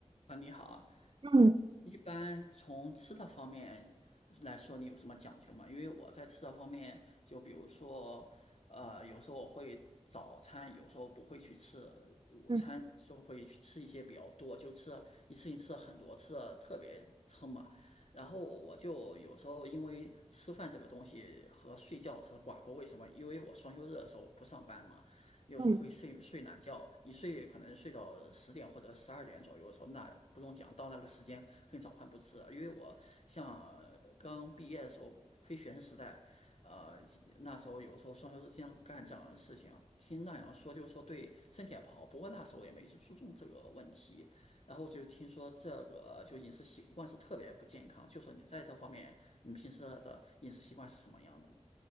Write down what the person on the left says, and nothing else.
啊，你好啊，
一般从吃的方面来说，你有什么讲究吗？因为我在吃的方面，就比如说，呃，有时候我会早餐，有时候不会去吃，午餐就会去吃一些比较多，
就吃了一次性吃了很多，吃的特别撑嘛。然后我就有时候因为吃饭这个东西和睡觉它是挂钩，为什么？因为我双休日的时候不上班嘛。有时候会睡睡懒觉，
一睡可能睡到十点或者十二点左右的时候，那不用讲，到那个时间跟早饭不吃了。因为我像呃刚毕业的时候，非学生时代，呃，那时候有时候双休日经常干这样的事情，听那样说就是说对身体也不好，不过那时候也没去注重这个问题，然后就听说这个就饮食习惯是特别不健康，就说你在这方面，你平时的饮食习惯是什么样的呢？